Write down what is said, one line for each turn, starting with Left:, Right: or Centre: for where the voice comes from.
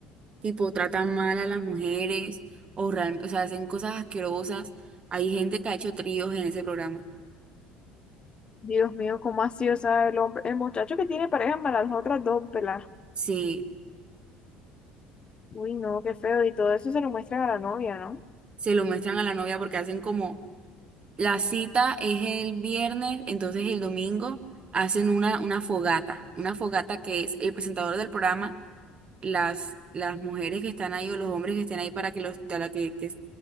Right: tipo tratan mal a las mujeres o, real- o sea, hacen cosas asquerosas. Hay gente que ha hecho tríos en ese programa.
Left: Dios mío, ¿cómo así? O sea, el hombre, el muchacho que tiene pareja para las otras dos pelas.
Right: Sí,
Left: Uy, no, qué feo. Y todo eso se lo muestran a la novia, ¿no?
Right: se lo muestran a la novia porque hacen como la cita es el viernes, entonces el domingo hacen una, una fogata, una fogata que es el presentador del programa las, las mujeres que están ahí o los hombres que estén ahí para que los, para que, que,